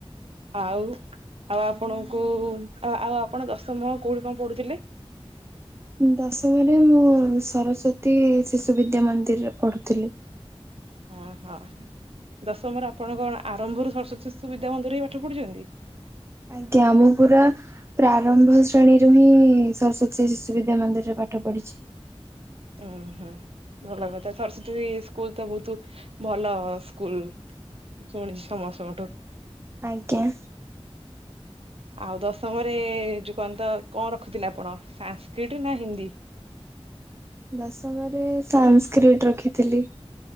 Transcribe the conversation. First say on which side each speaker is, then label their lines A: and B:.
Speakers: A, on the right; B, on the right.
A: ଆଉ ଆଉ ଆପଣଙ୍କୁ ଆଉ ଆପଣ ଦଶମ କୋଉଠି କଣ ପଢୁଥିଲେ?
B: ଦଶମରେ ମୁଁ ସରସ୍ଵତୀ ଶିଶୁ ବିଦ୍ୟା ମନ୍ଦିରରେ ପଢୁଥିଲି।
A: ଅ ହଁ। ଦଶମର ଆପଣ କଣ ଆରମ୍ଭରୁ ସରସ୍ଵତୀ ଶିଶୁ ବିଦ୍ୟା ମନ୍ଦିରରେ ପାଠ ପଢିଛନ୍ତି?
B: ଆଜ୍ଞା ଆମ ପୁରା ପ୍ରାରମ୍ଭ ଶ୍ରେଣୀ ରୁ ହିଁ ସରସ୍ଵତୀ ଶିଶୁ ବିଦ୍ୟା ମନ୍ଦିରରେ ପାଠ ପଢିଛି।
A: ଉଁ ହୁଁ ଭଲ କଥା ସରସ୍ଵତୀ ସ୍କୁଲ ତ ବହୁତ ଭଲ ସ୍କୁଲ। ଶୁଣିଛି ସମସ୍ତଙ୍କଠୁ।
B: ଆଜ୍ଞା।
A: ଆଉ ଦଶମରେ ଯୁ କଣ ତ କଁ ରଖୁଥିଲେ ଆପଣ ସାଂସ୍କ୍ରିଟ ନା ହିନ୍ଦୀ?
B: ଦଶମରେ ସାଂସ୍କ୍ରିଟ ରଖିଥିଲି।